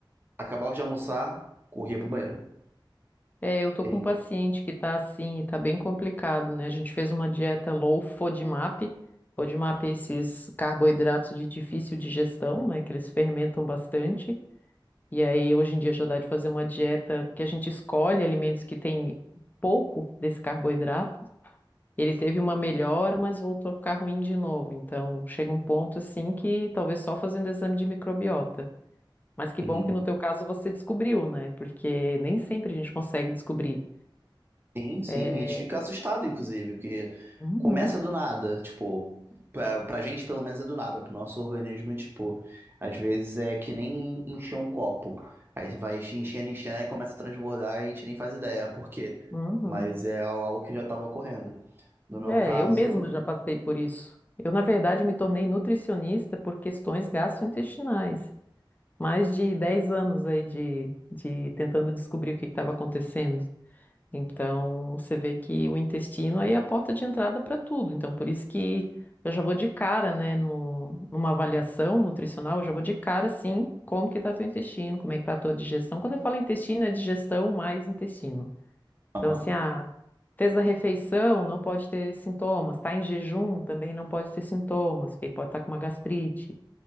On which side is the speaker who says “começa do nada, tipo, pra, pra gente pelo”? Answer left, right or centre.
Right